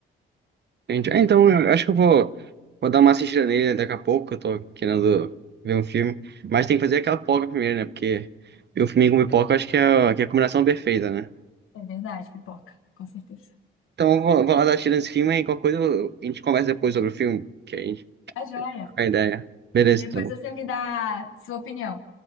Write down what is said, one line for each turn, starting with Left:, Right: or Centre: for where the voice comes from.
Right: Entendi. É, Então, eu acho que eu vou, vou dar uma assistida nele né, daqui a pouco, eu tô querendo ver um filme. Mas tem que fazer aquela pipoca primeiro, né? Porque ver um filme com pipoca eu acho que é, que é a combinação perfeita, né?
Left: É verdade, pipoca, com certeza.
Right: Então, eu vou, vou lá dar assistida nesse filme e qualquer coisa eu- a gente conversa depois sobre o filme, que a gente
Left: Tá joia.
Right: troca a ideia. Beleza,
Left: Depois
Right: então.
Left: você me dá sua opinião.